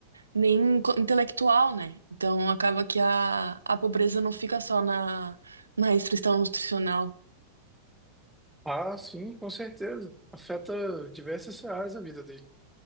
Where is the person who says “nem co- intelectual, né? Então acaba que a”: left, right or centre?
Right